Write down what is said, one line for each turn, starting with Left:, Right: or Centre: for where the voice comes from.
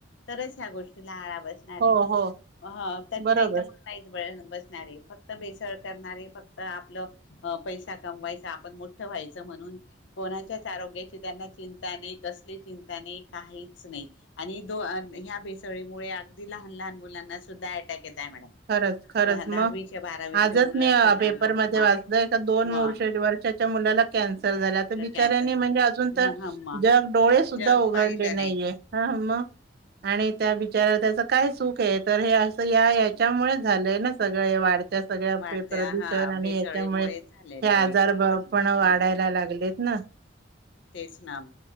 Left: तरच ह्या गोष्टीला आळा बसणार
Right: हो
Left: आहे
Right: हो
Left: ह त
Right: बरोबर
Left: नाही तर मग. काहीच बळ बसणारे फक्त भेसळ करणारे फक्त आपलं. अ पैसा कमवायचा आपण मोठं व्हायचं म्हणून. कोणाच्याच आरोग्याची त्यांना चिंता नाही कसली चिंता नाही काहीच नाही. आणि दो ह्या भेसळीमुळे अगदी लहान लहान मुलांना सुद्धा अटॅक येत आहे मॅडम.
Right: खरच खरंच
Left: दहा दहावीचे
Right: मग
Left: बारावीचे
Right: आजच
Left: मुलं
Right: मी अ
Left: सुद्धा
Right: पेपरमध्ये
Left: म
Right: वाचल का दोन
Left: म
Right: वर्ष बारक्या. च्या मुलाला. कॅन्सर झाल्या तर बिचाऱ्यांनी
Left: कॅन्सर
Right: म्हणजे अजून तर
Left: म ह म
Right: जग डोळे सुद्धा
Left: जग
Right: उघडले
Left: पाहिलं
Right: नाहीये.
Left: नाही
Right: हा मग आणि त्या बिचाराला त्याच काय चूक आहे तर हे असं या. त्याच्यामुळे झालंय ना सगळं वाढत. सगळ्या
Left: वाढत्या
Right: प प्रदूषण
Left: हा
Right: आणि
Left: भेसळीमुळे
Right: याच्यामुळे
Left: झालेलं
Right: हे आजार
Left: आहे
Right: पण वाढायला
Left: मग
Right: लागलेत. ना,
Left: तेच ना म